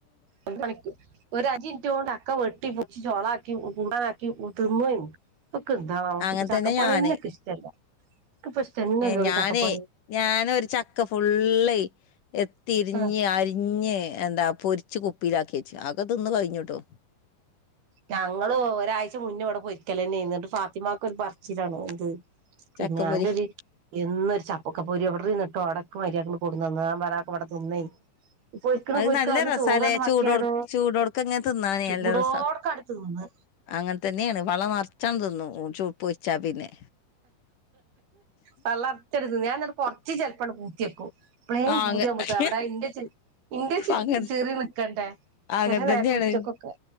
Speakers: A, on the right; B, on the left.
A: ഒരുമണിക്ക്. ഒരു അഞ്ചിൻറ്റോണ്ട് ചക്ക വെട്ടി പൊളിച്ച് ചോളാ ക്കി കൂട്ടാനാകി തിന്നു കഴിഞ്ഞ്. ഇക്കെന്താന്നാവോ
B: അങ്ങനെ
A: ചക്കപ്പണി
B: തന്നെ ഞാന്
A: എന്നെ എനിക്ക് ഇഷ്ടല്ല. ഇപ്പ ഇഷ്ടന്നല്ലോട
B: ഏ ഞാനേ
A: ചക്കപ്പണി
B: ഞാനൊരു ചക്ക ഫുള്ള് എത്തിരിഞ്ഞ്
A: ആഹ്
B: ഞ്ഞ് അരിഞ്ഞ് എന്താ പൊരിച്ച് കുപ്പിയിലാക്കി വെച്ചു ആക്കെ തിന്ന് കഴിഞ്ഞുട്ടോ.
A: ഞങ്ങള് ഒരാഴ്ച മുന്നേ ഇവിടെ പൊരിക്കലന്നെയേന്ന്. എന്നിട്ട് ഫാത്തിമാക്ക് ഒരു പറച്ചിലാണ് എന്ത് പിന്നെ
B: ചക്കപ്പൊരി
A: അന്റൊരി എന്നൊരു ചപ്പക്കപ്പൊരി എവിടനിന്നിട്ടോ ഉടക്ക് മര്യാക്കണം കൂടുന്നന്നാ വരാക്ക് വ്ട തിന്നേനി പൊരിക്കണോ
B: അത്
A: പൊരിക്കണോ
B: നല്ല
A: ഒന്ന്
B: രസല്ലേ
A: ചോറണ്ട് ബാക്കിയായിടോ
B: ചൂടോ ചൂടോടുക്ക ഇങ്ങനെ തിന്നാനേ
A: ചൂടോടക്കാണ്ട്
B: നല്ല രസ
A: തിന്ന്
B: അങ്ങനെ തന്നെയാണ് പള്ള നർച്ചങ് തിന്നും ച്ചു പൊരിച്ചാ പിന്നെ
A: പള്ളർച്ചട് തിന്നും ഞാൻ എന്നിട്ട് കൊർച്ച് ചെലപ്പണ്ട് പൂത്തിയക്കും ഇപ്പളേയും
B: ആ
A: പൂതിയാ
B: അങ്ങ
A: മുത്ത
B: അങ്ങ
A: അവിടെ ഇന്റെ ചെ ഇന്റെ ചി
B: അങ്ങനെ
A: ചിറി നിക്കട്ടേ
B: അങ്ങനെ
A: ചെല നേരത്ത്
B: തന്നെയാണ്
A: ഉച്ചക്കൊക്കെ